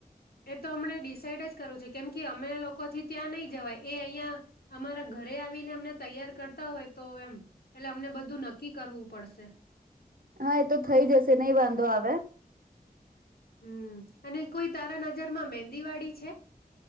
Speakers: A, on the left; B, on the right.
A: એ તો હમને ડિસાાઈડ જ કરું છે કેમ કે અમે લોકોથી ત્યાં નહી જવાય એ અહં અમારા ઘરે આવીને અમને તૈયાર કરતા હોય તો એમ એટલે અમને બધું નક્કી કરવું પડશે
B: હા એ તો થઈ જશે નહી વાંધો આવે
A: હમ અને કોઈ તારા નજરમાં મેંદીવાડી છે